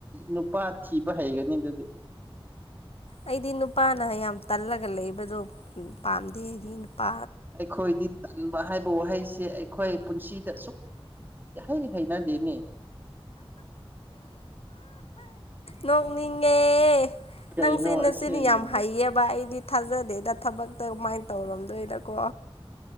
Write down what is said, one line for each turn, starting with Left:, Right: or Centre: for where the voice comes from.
Right: ꯅꯨꯄꯥ ꯊꯤꯕ ꯍꯩꯒꯅꯤ ꯑꯗꯨꯗꯤ
Left: ꯑꯩꯗꯤ ꯅꯨꯄꯥꯅ ꯌꯥꯝ ꯇꯜꯂꯒ ꯂꯩꯕꯗꯣ ꯄꯥꯝꯗꯦ ꯑꯩꯗꯤ ꯅꯨꯄꯥ
Right: ꯑꯩꯈꯣꯏꯗꯤ ꯇꯟꯕ ꯍꯥꯏꯕ ꯋꯥꯍꯩꯁꯦ ꯑꯩꯈꯣꯏ ꯄꯨꯟꯁꯤꯗ ꯁꯁꯨꯛ ꯍꯩ ꯍꯥꯏꯅꯗꯦꯅꯦ
Left: ꯅꯣꯛꯅꯤꯡꯉꯦ
Right: ꯀꯩꯅꯣ
Left: ꯅꯪ ꯁꯤ ꯅ
Right: ꯑꯁꯦꯡꯕꯅꯦ
Left: ꯁꯤꯅꯤ ꯌꯥꯝ ꯍꯩꯌꯦꯕ ꯑꯩꯗꯤ ꯊꯥꯖꯗꯦꯗ ꯊꯕꯛꯇ ꯀꯃꯥꯏꯅ ꯇꯧꯔꯝꯗꯣꯏꯔꯀꯣ